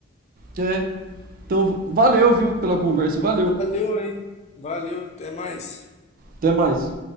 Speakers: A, on the right (about 45°); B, on the left (about 35°).
A: É. Então, valeu, viu, pela conversa. Valeu.
B: Valeu aí. Valeu, até mais.
A: Até mais.